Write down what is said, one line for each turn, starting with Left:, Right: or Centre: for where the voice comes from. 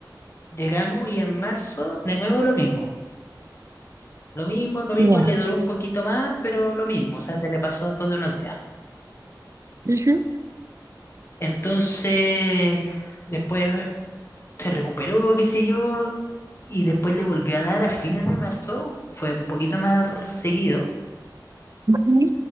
Left: Llegamos y en marzo, de nuevo lo mismo. Lo mismo, lo mismo,
Right: ya.
Left: le duró un poquito más, pero lo mismo, o sea, se le pasó después de unos días.
Right: Ujú.
Left: Entonces, después se recuperó, qué sé yo, y después le volvió a dar a fines de marzo, fue un poquito más seguido,
Right: Ujú,